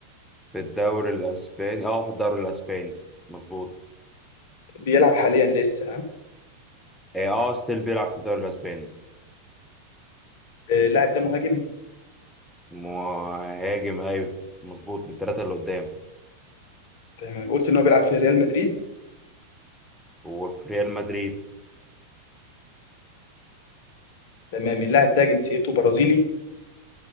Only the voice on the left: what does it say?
بيلعب حاليا لسه ها
اللاعب ده مهاجم
تمام قلت إن هو بيلعب في ريال مدريد
تمام اللاعب ده جنسيته برازيلي